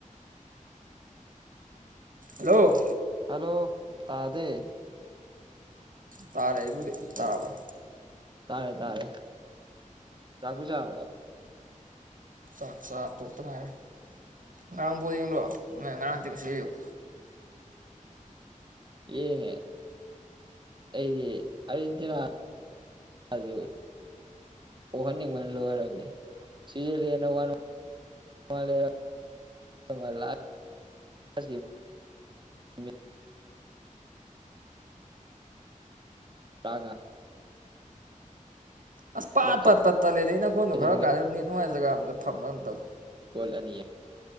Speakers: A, on the right; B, on the right.
A: ꯂꯣ
B: ꯍꯜꯂꯣ ꯇꯥꯗꯦ
A: ꯇꯥꯔꯦ ꯑꯩꯕꯨꯗꯤ
B: ꯍ
A: ꯇꯥꯔꯕ
B: ꯇꯥꯔꯦ ꯇꯥꯔꯦ ꯆꯥꯛꯄꯨ ꯆꯥꯔꯕꯣ
A: ꯆꯥꯛ ꯆꯥ ꯇꯣꯛꯇ ꯉꯥꯏꯔ ꯉꯔꯥꯡ ꯕꯣꯜ ꯌꯦꯡꯗꯔꯣ ꯉꯔꯥꯡ ꯅꯠꯇꯦ ꯉꯁꯤ ꯑꯌꯨꯛ
B: ꯌꯦꯡꯉꯦ ꯑꯩꯗꯤ ꯑꯥꯔꯖꯦꯟꯇꯤꯅꯥ ꯑꯗꯨ ꯄꯣꯛꯍꯟꯅꯤꯡꯕꯅ ꯂꯣꯏꯔꯝꯅꯦ ꯁꯤꯖꯔꯂꯦꯟꯅ ꯋꯥꯔꯧ <inaudible> ꯂꯥꯁꯀꯤ ꯃꯤꯅꯤꯠ ꯇꯥꯉ꯫
A: ꯑꯁ ꯄꯥꯥ
B: ꯄꯨꯂꯞ
A: ꯄꯥꯠ ꯇꯠꯂꯦ ꯅꯩꯅꯥꯈꯣꯟꯗꯣ
B: ꯆꯟꯁꯤꯟꯒꯔꯤ
A: ꯈꯔ ꯀꯥꯏꯗꯅꯣꯝ ꯅꯦꯠ ꯅꯨꯉꯥꯏ ꯖꯒꯥ ꯑꯝꯗ ꯐꯝꯃ ꯑꯃ ꯇꯧ꯫
B: ꯕꯣꯜ ꯑꯅꯤ